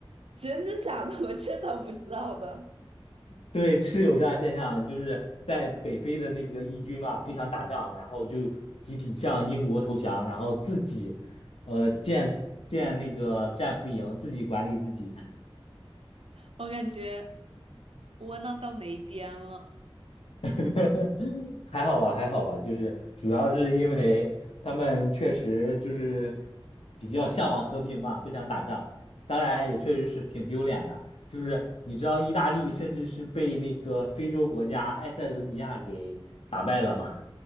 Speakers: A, on the right; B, on the left.
A: 真的假的？<laughs> 我真的不知道的。
B: 对，是有这样现象的，就是在北非的那个义军嘛，不想打仗，然后就集体向英国投降，然后自己，呃，建建那个战俘营，自己管理自己，
A: 我感觉窝囊到没边了。
B: <laughs> 还好吧，还好吧，就是主要是因为他们确实就是比较向往和平嘛，不想打仗，当然也确实是挺丢脸的，就是你知道意大利甚至是被那个非洲国家埃塞俄比亚给打败了吗？